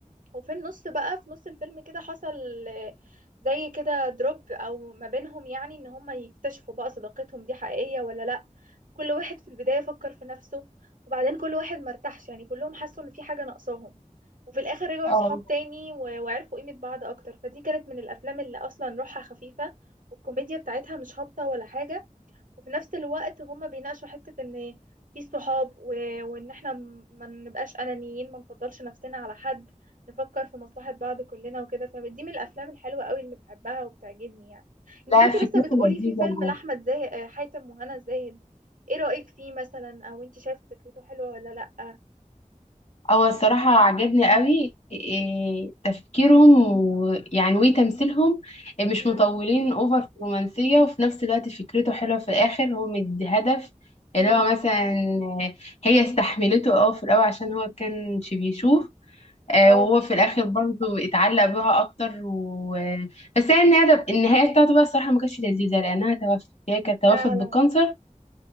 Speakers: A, on the right; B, on the left.
A: وفي النص بقى في نص الفيلم كده حصل آه، زي كده دروب او ما بينهم يعني ان هما يكتشفوا بقى صداقتهم دي حقيقية ولا لا كل واحد في البداية فكر في نفسه وبعدين كل واحد مرتاحش يعني كلهم حسوا ان في حاجة ناقصاهم وفي الاخر رجعوا
B: اه
A: صحاب تاني و- وعرفوا قيمة بعض اكتر فدي كانت من الافلام اللي اصلا روحها خفيفة والكوميديا بتاعتها مش هابطة ولا حاجة وفي نفس الوقت هما بيناقشوا حتة ان في صحاب و... وان احنا م- ما نبقاش انانيين ما نفضلش نفسنا على حد نفكر في مصلحة بعض كلنا وكده فدي من الافلام الحلوة قوي اللي بحبها وبتعجبني يعني انت
B: لا
A: كنتي
B: فكرته
A: لسه بتقولي
B: لذيذه
A: في فيلم لاحمد زاهد آه، حاتم وهنا زاهد ايه رأيك فيه مثلا او انت شايفة فكرته حلوة ولا لا
B: هو الصراحة عجبني قوي إيه تفكيرهم ويعني وتمثيلهم إيه مش
A: امم
B: مطولين اوفر في الرومانسية وفي نفس الوقت فكرته حلوة في الآخر هو مدي هدف اللي
A: امم
B: هو مثلا آه، هي استحملته اه في الأول عشان هو كانش بيشوف آه،
A: اه
B: وهو في الآخر برضه اتعلق بها أكتر و... آه، بس هي النهاية النهاية بتاعته بقى الصراحة ما كانتش لذيذة لأنها توفت هي كانت توفت
A: فعلا
B: بالكانسر